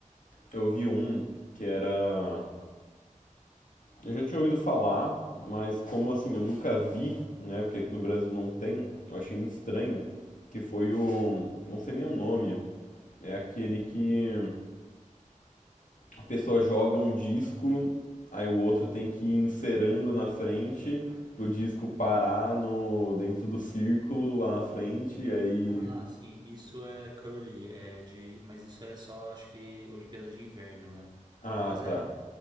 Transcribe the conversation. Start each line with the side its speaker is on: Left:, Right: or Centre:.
Left: eu vi um que era. Eu já tinha ouvido falar, mas como assim, eu nunca vi, né? Porque aqui no Brasil não tem, eu achei muito estranho. Que foi o. Não sei nem o nome. É aquele que a pessoa joga um disco, aí o outro tem que ir inserando na frente pro disco parar no dentro do círculo lá na frente, e aí.
Right: Ah, sim, isso é curly, é de, mas isso é só, acho que Olimpíadas de Inverno, né?
Left: Ah,
Right: Mas é,
Left: tá.